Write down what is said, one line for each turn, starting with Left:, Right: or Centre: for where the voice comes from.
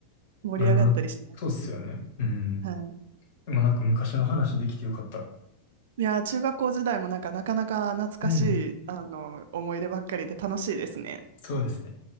Right: 盛り上がったりしましたね。
Left: まあでも、そうっすよね。うん。
Right: はい。
Left: でもなんか昔の話できてよかった。
Right: いやー、中学校時代もなんかなかなか懐かしい、
Left: うん。
Right: あの、思い出ばっかりで楽しいですね。
Left: そうですね。